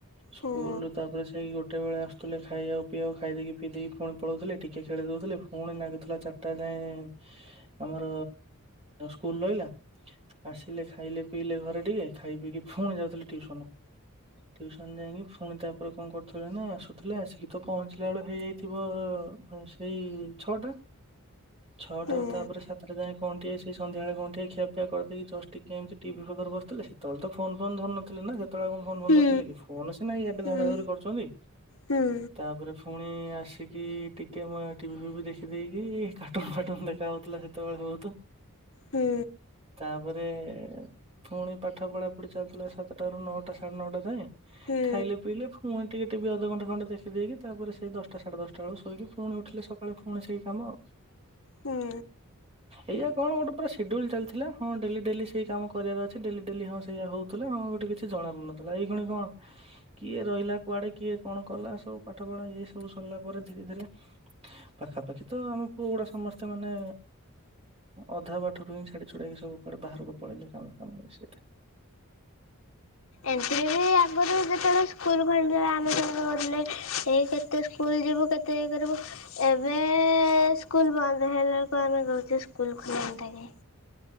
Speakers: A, on the right; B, on the left.
A: ସ୍କୁଲ
B: ହୁଁ।
A: ତାପରେ ସେଇ ଗୋଟେ ବେଳେ ଆସୁଥିଲେ ଖାଇବାକୁ ପିଇବାକୁ ଖାଇ ଦେଇକି ପିଇ ଦେଇକି ପୁଣି ପଳାଉଥିଲେ ଟିକେ ଖେଳି ଦଉଥିଲେ ପୁଣି ଲାଗୁଥିଲା ଚାରିଟା ଯାଏ ଆମର ସ୍କୁଲ ରହିଲା ଆସିଲେ ଖାଇଲେ ପିଇଲେ ଘରେ ଟିକେ ଖାଇ ପିଇକି ପୁଣି ଯାଉଥିଲେ ଟିଉସନ ଟିଉସନ ଯାଇକି ପୁଣି ତାପରେ କଣ କରୁଥିଲେ ନା ଆସୁଥିଲେ ଆସିକି ତ ପହଞ୍ଚିଲା ବେଳ ହେଇଯାଇଥିଲେ ଥିବ ସେଇ ଛଅଟା ଛଅଟାରୁ
B: ହୁଁ
A: ତାପରେ ସାତଟା ଯାଏ କଣ ଟିଏ ସେଇ ସନ୍ଧ୍ୟାବେଳେ କଣ ଟିଏ ଖିଆପିଆ କରିଦେଇକି ଜଷ୍ଟ ଟିକିଏ ଏମିତି ଟିଭି ପାଖରେ ବସୁଥିଲେ ସେତେବେଳେ ତ ଫୋନ ଫୋନ୍ ଧରୁନଥିଲେ ନା। ସେତେବେଳେ କଣ ଫୋନ ଫୋନ୍
B: ହୁଁ
A: ଧରୁଥିଲେ କି ଫୋନ ସିନା ଏବେ
B: ହୁଁ
A: ଧରା ଧରି କରୁଛନ୍ତି
B: ହୁଁ
A: ତାପରେ ଫୁଣି ଆସ ଆସିକି ଟିକେ ଟିଭି ଫିଭି ଦେଖିଦେଇକି କାର୍ଟୁନ ଫାଟୁନ ଦେଖା ହଉଥିଲା ସେତେବେଳେ ବହୁତ
B: ହୁଁ
A: ତାପରେ ପୁଣି ପାଠ ପଢ଼ାପଢ଼ି ଚାଲୁଥିଲା ସାତଟାରୁ ନଅଟା ସାଢ଼େ ନଅଟା ଯାଏଁ
B: ହୁଁ
A: ଖାଇଲେ ପିଇଲେ ପୁଣି ଟିକେ ଟିଭି ଅଧଘଣ୍ଟ ଘଣ୍ଟେ ଦେଖି ଦେଇକି ତାପ ସେଇ ଦଶଟା ସାଢେ ଦଶ ସକାଳୁ ଶୋଇକି ପୁଣି ଉଠିଲେ ସକାଳେ ପୁଣି ସେଇ କାମ ଆଉ
B: ହୁଁ
A: ଏଇୟଆ କଣ ଗୋଟେ ପୁରା ସେଡ୍ୟୁଲ ଚାଲିଥିଲା ହଁ ଡେଲି ଡେଲି ସେଇ କାମ କରିବାର ଅଛି ଡେଲି ଡେଲି ହଁ ସେଇଆ ହଉଥିଲା ହଁ ଗୋଟେ କିଛି ଜଣା ପଡୁନଥିଲା ଏଇ କ୍ଷଣି କଣ କିଏ ରହିଲା କୁଆଡେ କିଏ କଣ କଲା ସବୁ ପଢା ଇଏ ସବୁ ସରିଲା ପରେ ଧୀରେ ଧୀରେ ପାଖାପାଖି ତ ଆମ ପୁଅ ଗୁଡା ସମସ୍ତେ ମାନେ ଅଧା ବାଠରୁ ହିଁ ଛାଡି ଛଡେଇକି ସବୁ କୁଆଡେ ବାହାରକୁ ପଳେଇଲେ କାମ କାମ ସେଟା
B: ଏମତି ରେ ବି ଆଗରୁ ଯେତେବେଳେ ସ୍କୁଲ। ଖୋଲିଥୀବ ଆମେ ସବୁ ଗଲେ। ଏଇ କେତେ ସ୍କୁଲ ଯିବୁ କେତେ ଇ କରିବୁ ଏବେ ଏ ସ୍କୁଲ ବନ୍ଦ ହେଲା। ହଁ ପା ଆମେ କହୁଚେ ସ୍କୁଲ ଖୋଲା ହୁଅନ୍ତାନି।